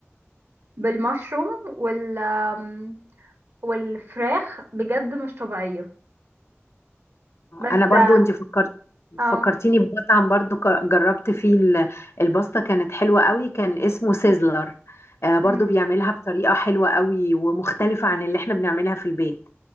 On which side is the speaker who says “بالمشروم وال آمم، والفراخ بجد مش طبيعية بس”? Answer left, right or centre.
Right